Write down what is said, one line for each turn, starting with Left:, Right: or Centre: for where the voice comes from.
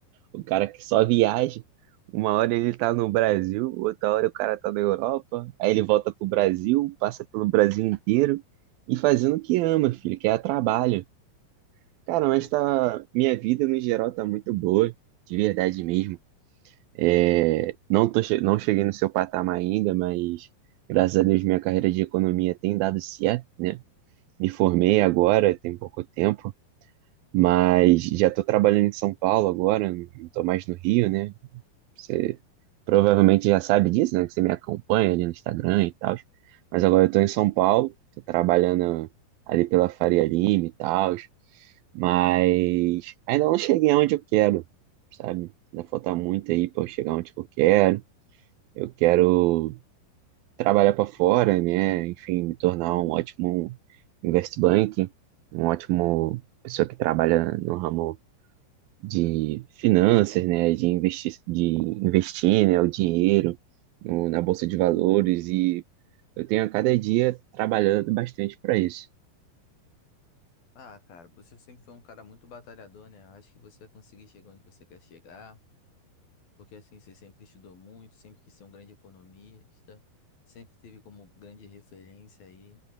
Right: o cara que só viaja. Uma hora ele tá no Brasil, outra hora o cara tá na Europa, aí ele volta pro Brasil, passa pelo Brasil inteiro e fazendo o que ama, filho, que é trabalho. Cara, mas
Left: Pô,
Right: tá, minha vida no geral tá muito boa, de verdade mesmo. É, não tô, che- não cheguei no seu patamar ainda, mas graças a Deus minha carreira de economia tem dado certo, né? Me formei agora, tem pouco tempo, mas já tô trabalhando em São Paulo agora, não tô mais no Rio, né? Você provavelmente já sabe disso, né? Que você me acompanha ali no Instagram e tal. Mas agora eu tô em São Paulo, tô trabalhando ali pela Faria Lima e tal. Mas ainda não cheguei aonde eu quero, sabe? Ainda falta muito aí para eu chegar onde eu quero. Eu quero trabalhar para fora, né? Enfim, me tornar um ótimo investment banking, um ótimo pessoa que trabalha no ramo de finanças, né, de investir, de investir, né, o dinheiro no- na bolsa de valores e eu tenho a cada dia trabalhando bastante para isso.
Left: ah, cara, você sempre foi um cara muito batalhador, né? Eu acho que você vai conseguir chegar onde você quer chegar, porque assim, você sempre estudou muito, sempre quis ser um grande economista, sempre teve como grande referência aí